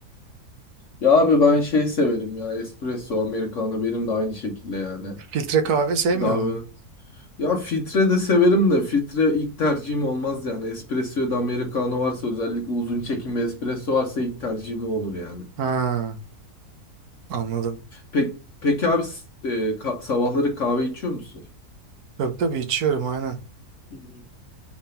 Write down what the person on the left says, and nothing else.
Ya abi ben şey severim ya espresso, americano benim de aynı şekilde yani.
Daha
böyle. Ya filtre de severim de filtre ilk tercihim olmaz yani. Espresso ya da americano varsa özellikle uzun çekim ve espresso varsa ilk tercihim o olur yani.
Peki, peki abi s- e, ka- sabahları kahve içiyor musun?
Hı hı.